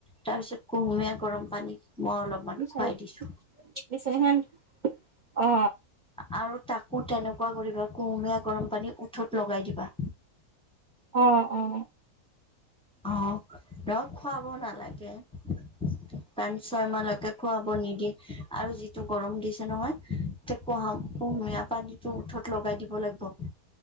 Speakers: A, in the centre; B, on the right.
A: তাৰপিছত পিছত কুহুমীয়া গৰম পানী। মই অলপমান
B: বিচনা
A: খুৱাই দিছো।
B: বিচনাখন অ
A: আৰু তাকো তেনেকুৱা কৰিবা কুহুমীয়া গৰম পানী উঠত লগাই দিবা।
B: অ অ।
A: আহ ডৰৱ খুৱাব নালাগে। পাছ -ছয় মাহলৈকে খোৱাব নিদিয়ে আৰু যিটো গৰম দিছ <unintelligible> লগাই দিব লাগিব